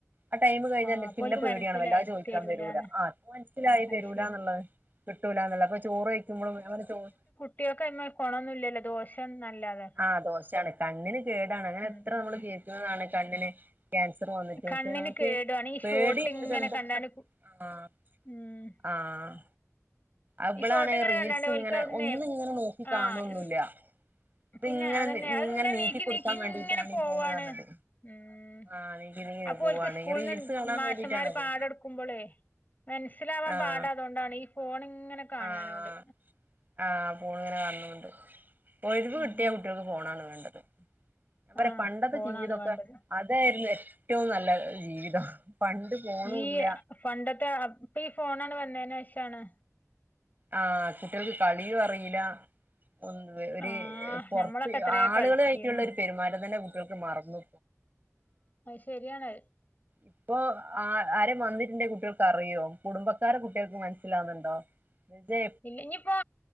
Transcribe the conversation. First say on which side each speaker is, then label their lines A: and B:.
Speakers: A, on the right; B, on the left.
A: ആ ടൈമ്കഴിഞ്ഞാല്
B: ആഹ് അപ്പോൽക്ക്
A: പിന്നെപേടിയാണ്
B: മനസ്സിലായി
A: വല്ലാതെചോയിക്കാൻ
B: തരൂലാന്ന്
A: വരൂല ആഹ് ഇപ്പോമൻസ്സിലായി
B: അത്
A: തരൂലന്നുള്ളത്
B: ശരി
A: കിട്ടൂലന്നുള്ള ഇപ്പൊചോറ്യ്ക്കുമ്പോഴും ഞാൻ പറഞ്ഞുചോറ്
B: കുട്ടികൾക്ക്യ്മ്മെ കൊണൊന്നുല്ലല്ലോ ദോഷാന്നല്ലാതേ
A: ആ ദോശാണ് കണ്ണിന്കേടാണ് അങ്ങനെഎത്രനമ്മള്
B: ഉം
A: കേക്ക്ന്നതാണ്കണ്ണിന് ക്യാൻസറ് വന്നിട്ടു
B: കണ്ണിന്
A: പഷെ
B: കേടുവാണ് ഈ
A: പേടിണ്ട്‌
B: ഷോട്ട് ഇങ്ങനെ
A: <unintelligible>
B: കണ്ടാണ്ട് കു
A: ആഹ്
B: ഉം
A: ആഹ് അവളാണ്
B: ഈ ഷോട്ട്ങ്ങനെ
A: റീൽസ്
B: കണ്ടാണ്ടേ ഓൽക്കവ്ട്ന്നെ
A: ഇങ്ങനെ ഒന്നും ഇങ്ങനെ നോക്കി കാണൊന്നുല്ല
B: ആഹ് ഇസ്
A: ഇതിങ്ങനെ
B: പിന്നെഅതന്നെ അത്ങ്ങനെ
A: ഇങ്ങനെ നീക്കി
B: നീക്കിനീക്കിഇങ്ങനെപോവാണ്
A: കൊടുക്കാൻ വേണ്ടിയിട്ടാണ് ഈ ഫോണ് പറഞ്ഞത്
B: ഉം
A: ആഹ് നീക്കി നീക്കി
B: അപ്പൊഓൽക്ക്
A: പോവാണ്
B: സ്കൂൾന്ന്
A: ഈ റീൽസ് കാണാൻ
B: മാഷന്മാര്പാടം
A: വേണ്ടിട്ടാണത്
B: എടുക്കുമ്പോളേ മൻസ്സിലാവാൻ
A: ആഹ്
B: പാടാഅതൊണ്ടാണ് ഈഫോണ്ങ്ങനെകാണാനോണ്ട്
A: ആഹ് ആഹ് ഫോൺങ്ങനെകാൺണൊണ്ട് ഒഴിവ്
B: ഉം
A: കിട്ടിയകുട്ടിയൊൾക്ക് ഫോണാണ് വേണ്ടത് ഞാൻപറപണ്ടത്തെ
B: ആഹ് ഫോണാണ്
A: ജീവിതൊക്കെ
B: വേണ്ടത്
A: അതായ്രുന്നു ഏറ്റവുംനല്ലജീവിതം പണ്ട് ഫോണൂല്ല
B: ഈ പണ്ടത്തെ അപ്പ് ഇപ്പൊഈ ഫോണണ് വന്നേനേശാണ്
A: ആഹ് കുട്ടികൾക്ക് കളിയും അറിയില്ല ഒന്നും ഒര്
B: ആഹ്
A: പൊറത്ത്
B: ഞമ്മളൊക്കെ എത്രേ
A: ആളുകളു
B: കളിച്ചീന്നു
A: ആയിട്ടുള്ള ഒരു പെരുമാറ്റം തന്നെ കുട്ടികൾക്ക് മറന്നു
B: അത് ശെരിയാണ്
A: ഇപ്പോ ആ ആരെ വന്നിട്ടുണ്ടേ കുട്ടികൾക്ക് അറിയോ കുടുംബക്കാരെ കുട്ടികൾക്ക് മനസ്സിലാവുന്നുണ്ടോ നിന്റെ
B: ഇല്ല ഞ്ഞിപ്പോ